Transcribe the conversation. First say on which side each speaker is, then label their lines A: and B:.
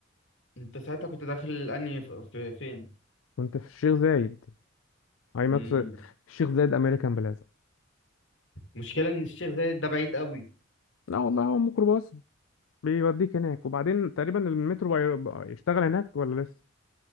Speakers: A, on the left (about 65°); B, on the left (about 90°).
A: انت ساعتها كنت داخل الاني ف- في فين
B: كنت في الشيخ زايد اي
A: مم.
B: ماكس الشيخ زايد امريكان بلازا
A: مشكلة ان الشيخ زايد ده بعيد قوي
B: لا والله هو ميكروباص بيوديك هناك وبعدين تقريبا المترو بي- بقى يشتغل هناك ولا لسه